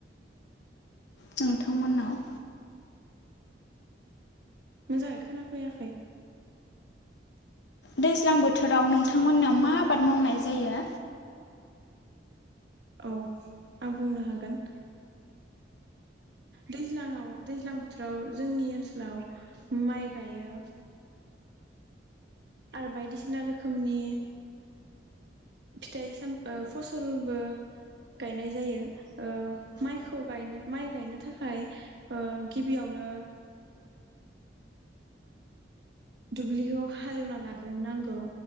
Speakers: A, on the left; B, on the right.
A: नोंथांमोननाव
B: मोजाङै खोनाफैयाखै
A: दैज्लां बोथोराव नोंथांमोनाव मा आबाद मावनाय जायो
B: औ आं बुंनो हागोन दैज्लाङाव दैज्लां बोथोराव जोंनि ओनसोलाव माइ गायो आरो बायदिसिना रोखोमनि फिथाइ साम ओ फसलबो गायनाय जायो ओ माइखौ गायनो माइ गायनो थाखाय ओ गिबियावनो दुब्लिखौ हाल एवना लाग्रो नांगौ